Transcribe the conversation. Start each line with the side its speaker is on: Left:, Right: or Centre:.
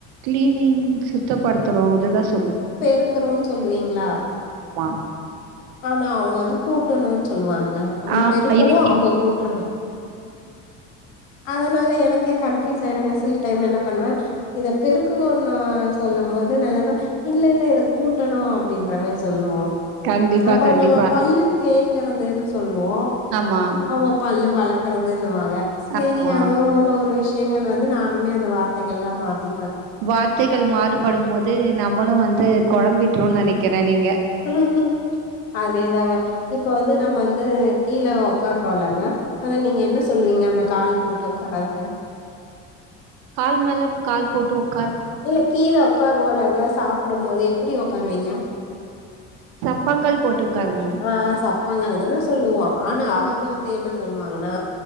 Right: கிளீனிங் சுத்தப்படுத்துறோ இததான்
Left: பெருக்குறோன் சொல்லுவீங்ளா
Right: மா
Left: ஆனா அவுங்க வந்து கூட்டணுன் சொல்வாங்க க நம்ம
Right: ஆமா
Left: பெருக்கணு
Right: இது
Left: அவுங்க கூட்டணு அதனால எனக்கே கன்ஃப்யூஸ் ஸாயிடுங்க சில டைம்ல என்ன பண்ணுவ இத பெருக்கணு நா சொல்லம் போது நா என்னப் இல்ல இல்ல இத கூட்டணு அப்டின்றமேரி சொல்லுவோ
Right: கண்டிப்பா,
Left: அப்ப
Right: கண்டிப்பா.
Left: நம்ம பல்லுத்தேக்கறது னு சொல்லுவோ
Right: ஆமா,
Left: அவுங்க பல்லு வளக்கறது னுவாங்க செரி
Right: ஆமா.
Left: அதோ ஒரு ஒரு விஷயங்கள் வந்து நானுமே அந்த வார்த்தைகள் எல்லாம் மாத்தி
Right: வார்த்தைகள் மாறுபடும் போது நம்பளும் வந்து கொழம்பிட்றோன் நெனக்கிறேன் நீங்க
Left: <unintelligible> அதேதாங்க இப்ப வந்து நம்ம ந்து கீழ உக்காறோலங்க அத நீங்க என்ன சொல்லுவீங்க க அந்த கால் போட்டு உக்காறது
Right: கால் மேல கால் போட்டு ஒக்
Left: இல்ல கீழ உக்காருவோலங்க சாப்புடும் போது எப்புடி உக்காருவீங்க
Right: சப்பங்கள் போட்டு உட்காருவோம்.
Left: ஆ சப்பாங்கால் தான சொல்லுவோ ஆனா அவுங்க வந்து என்ன சொல்வாங்கன்னா